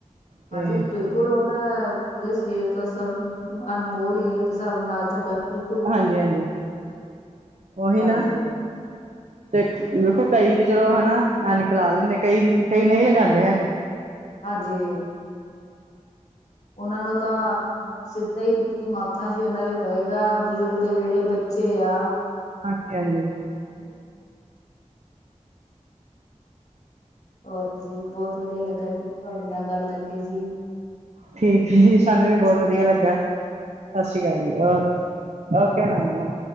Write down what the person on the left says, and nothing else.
ਹਾਂਜੀ ਬਿਲਕੁਲ, ਉਹ ਤਾਂ ਪੂਰੇ ਸਰੀਰ ਤੋਂ ਸਭ ਅਨਮੋਲ ਹੀ ਹੈ, ਇੱਕ ਸਾਬ ਨਾਜ਼ੁਕ ਹੈ ਬਿਲਕੁਲ
ਹਾਂਜੀ
ਹਾਂਜੀ ਉਹਨਾਂ ਨੂੰ ਤਾਂ, ਸਿੱਧਾ ਹੀ ਧੂਆਂ ਅੱਖਾਂ ਹੀ ਉਹਨਾਂ ਦੇ ਪਏਗਾ, ਬਜ਼ੁਰਗ ਜਿਹੜੇ ਬੱਚੇ ਆ
ਹਾਂਜੀ ਹੋਰ ਜੀ ਬਹੁਤ ਵਧੀਆ ਲੱਗਾ ਜੀ, ਤੁਹਾਡੇ ਨਾਲ ਗੱਲ ਕਰਕੇ ਜੀ
ਸਤਿ
ਸ੍ਰੀ
ਅਕਾਲ
ਜੀ
ਓਕੇ